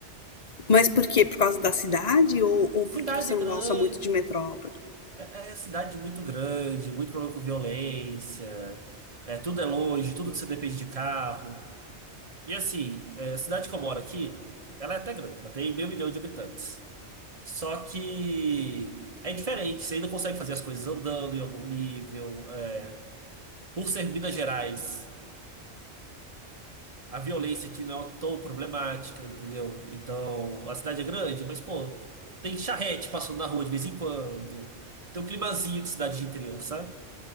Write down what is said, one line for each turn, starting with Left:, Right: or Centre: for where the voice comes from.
Left: mas por quê? Por causa da cidade ou, ou porque
Right: Cidade
Left: você
Right: grande,
Left: não gosta muito de metrópole?
Right: é, é é cidade muito grande, muito problema com violência, é, tudo é longe, tudo você depende de carro. E assim, é, a cidade que eu moro aqui, ela é até grande, ela tem meio milhão de habitantes. Só que é diferente, você ainda consegue fazer as coisas andando em algum nível. é. Por ser Minas Gerais, a violência aqui não é tão problemática, entendeu? Então, a cidade é grande, mas, pô, tem charrete passando na rua de vez em quando. Tem um climazinho de cidade de interior, sabe?